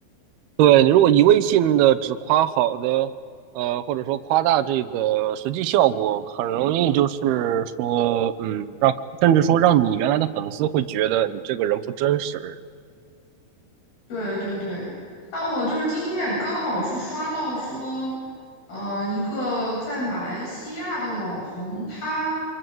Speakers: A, on the right (about 85°); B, on the left (about 75°).
A: 对，你如果一味性的只夸好的，呃，或者说夸大这个实际效果，很容易就是说，嗯，让甚至说让你原来的粉丝会觉得你这个人不真实。
B: 对对对，那我就是今天也刚好是刷到说，呃，一个在马来西亚的网红，他